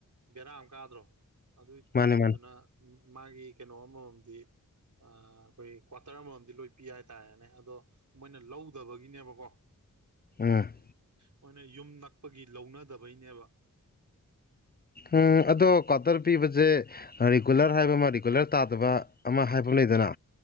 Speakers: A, on the right; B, on the left.
A: ꯕꯦꯔꯥ ꯑꯃ ꯀꯥꯗ꯭ꯔꯣ ꯑꯗꯨꯏ
B: ꯃꯥꯅꯤ
A: ꯑꯗꯨꯗꯨꯅ
B: ꯃꯥꯅꯤ
A: ꯃꯥꯒꯤ ꯀꯩꯅꯣ ꯑꯃꯃꯝꯗꯤ ꯑ ꯑꯩꯈꯣꯏ ꯀ꯭ꯋꯥꯇꯔ ꯑꯃꯃꯝꯗꯤ ꯂꯣꯏ ꯄꯤ ꯍꯥꯏꯇꯥꯔꯦꯅꯦ ꯑꯗꯣ ꯃꯣꯏꯅ ꯂꯧꯗꯕꯒꯤꯅꯦꯕꯀꯣ
B: ꯎꯝ
A: ꯃꯣꯏꯅ ꯌꯨꯝ ꯅꯛꯄꯒꯤ ꯂꯧꯅꯗꯕꯩꯅꯦꯕ
B: ꯎꯝ ꯑꯗꯣ ꯀ꯭ꯋꯥꯇꯔ ꯄꯤꯕꯁꯦ ꯔꯤꯒꯨꯂꯔ ꯍꯥꯏꯕ ꯑꯃ ꯔꯤꯒꯨꯂꯔ ꯇꯥꯗꯕ ꯑꯃ ꯍꯥꯏꯕ ꯑꯃ ꯂꯩꯗꯅ